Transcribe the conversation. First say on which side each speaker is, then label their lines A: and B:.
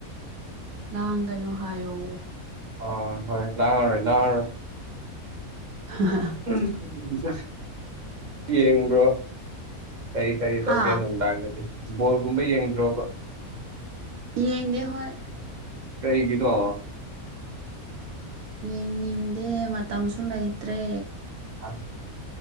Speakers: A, on the right; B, on the right.
A: ꯂꯥꯡꯒꯅꯨ ꯍꯥꯏꯌꯣ
B: ꯍꯣꯏ ꯍꯣꯏ ꯂꯥꯡꯉꯥꯔꯣꯏ ꯂꯥꯡꯉꯥꯔꯣꯏ
A: ꯍ ꯍꯥ
B: ꯎꯝ ꯖꯥ ꯌꯦꯡꯕ꯭ꯔꯣ ꯀꯔꯤ ꯀꯔꯤ ꯇꯧꯒꯦ
A: ꯍꯥ
B: ꯅꯨꯡꯗꯥꯡꯗꯗꯤ ꯕꯣꯜꯒꯨꯝꯕ ꯌꯦꯡꯗ꯭ꯔꯣꯕ
A: ꯌꯦꯏꯗꯦ ꯍꯣꯏ
B: ꯀꯔꯤꯒꯤꯅꯣ
A: ꯌꯦꯡꯅꯤꯡꯗꯦ ꯃꯇꯝꯁꯨ ꯂꯩꯇ꯭ꯔꯦ
B: ꯑꯁ